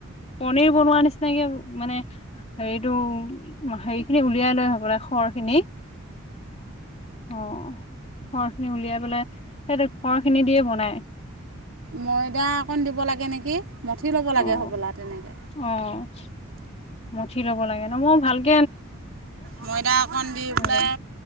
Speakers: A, on the left (about 30°); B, on the right (about 75°).
A: পনিৰ বনোৱা নিচিনাকে মানে হেৰিতটো হেৰি খিনি উলিয়াই লৈ হবলে খৰ খিনি অ ঘৰখিনি উলিয়াই পেলাই সিহতে ঘৰখিনি দিয়ে বনাই
B: ময়দা অকণ দিব লাগে নেকি মঠি লব লাগে
A: অ'
B: হবলা তেনেকে
A: অ' মঠি ল'ব লাগে ন মই ভালক
B: ময়দা অকণ দি
A: নাজানো
B: পোাই